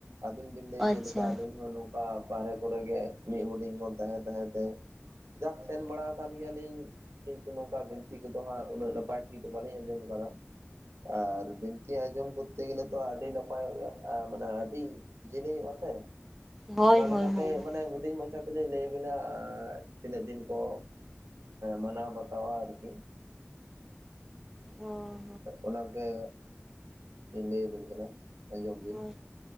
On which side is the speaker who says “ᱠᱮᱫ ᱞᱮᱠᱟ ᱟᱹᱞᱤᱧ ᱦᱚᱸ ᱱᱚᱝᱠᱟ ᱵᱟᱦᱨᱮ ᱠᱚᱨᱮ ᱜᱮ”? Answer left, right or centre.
Right